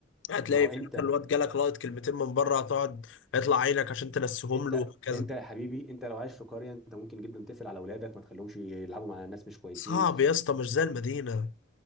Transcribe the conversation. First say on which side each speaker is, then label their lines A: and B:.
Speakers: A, on the left (about 80°); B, in the centre.
A: هتلاقي
B: ما هو
A: في
B: انت
A: الاخر الواد جالك لايت كلمتين من بره هتقعد هيطلع عينك عشان تنسيهم
B: انت
A: له وهكذا
B: انت يا حبيبي انت لو عايش في قريه انت ممكن جدا تقفل على اولادك ما تخليهمش يلعبوا مع ناس مش كويسين
A: صعب يا اسطى مش زي المدينه